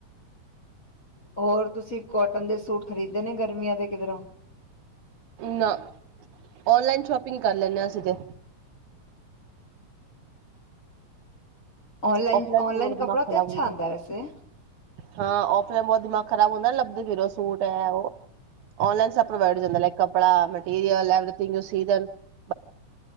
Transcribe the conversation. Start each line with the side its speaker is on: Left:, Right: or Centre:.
Left: ਹੋਰ ਤੁਸੀਂ ਕੋਟਨ ਦੇ ਸੂਟ ਖਰੀਦੇ ਨੇ ਗਰਮੀਆਂ ਦੇ ਕਿਧਰੋਂ
Right: ਨਾ ਔਨਲਾਈਨ ਸ਼ੋਪਿੰਗ। ਕਰ ਲੈਂਨੇ ਹਾਂ ਅਸੀਂ ਤੇ
Left: ਔਨਲਾਈਨ
Right: ਔਫਲਾਈਨ
Left: ਔਨਲਾਈਨ
Right: ਮੇਰਾ ਦਿਮਾਗ
Left: ਕੱਪੜਾ
Right: ਖਰਾਬ
Left: ਤੇ ਅੱਛਾ
Right: ਹੁੰਦਾ
Left: ਆਂਦਾ ਵੈਸੇ।
Right: ਹਾਂ, ਔਫਲਾਈਨ ਬਹੁਤ ਦਿਮਾਗ ਖ਼ਰਾਬ ਹੁੰਦਾ ਨਾ ਲੱਭਦੇ ਫ਼ਿਰੋ ਉਹ ਸੂਟ ਹੈ ਉਹ ਔਨਲਾਈਨ ਸਭ ਪ੍ਰੋਵਾਈਡ ਹੋ ਜਾਂਦਾ ਲਾਈਕ ਕੱਪੜਾ ਮ <unintelligible>